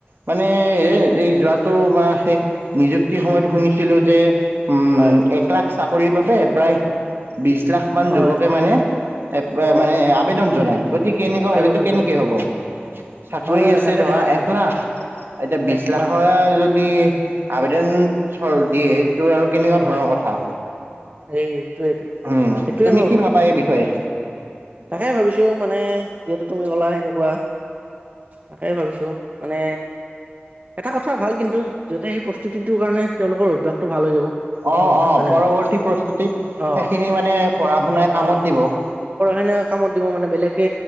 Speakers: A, on the right; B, on the right.
A: মানে এই এই যোৱাতো বা সেই নিযুক্তি সময়ত শুনিছিলো যে উম,
B: হয়
A: এক লাখ চা শৰীৰ বাবে প্ৰায় বিশ লাখ মান
B: হয়
A: যুৱকে মানে, এ
B: অ
A: মানে জনাই গতিকে এনেকুৱা
B: আইবদন
A: হ'লেতো কেনেকে
B: জনাইছে
A: হ'ব, চাকৰি
B: হয় হয়
A: আছে
B: তাকে
A: ধৰা
B: তাকে তাকে
A: এক লাখ, এতিয়া বিশ
B: এক
A: লাখৰ
B: লাখ
A: যদি আবেদন চৰ দিয়ে তো আৰু কেনেকুৱা
B: হয়
A: ধৰণৰ কথা,
B: সেই সেইটোয়েইটো
A: উম!
B: সেইটোয়ে
A: তুমি কি ভাবা এই বিষয়ে?
B: তাকেই ভাবিছোঁ মানে যিহেতু তুমি ক'লা সেনেকুৱা। তাকেই ভাবিছোঁ মানে এটা কথা ভাল কিন্তু যতে সেই প্ৰস্তুতিটোৰ কাৰণে তেওঁলোকৰ অভ্যাসটো ভাল হৈ যাব। প্ৰথম
A: অ
B: কথা
A: অ
B: হয় ন
A: পৰৱৰ্তী
B: নহয়
A: প্ৰস্তুতিত
B: অ
A: সেইখিনি মানে পঢ়া শুনাই কামত
B: অঁ
A: দিব অ
B: পঢ়াখিনিয় কামত দিব মানে বেলেগে,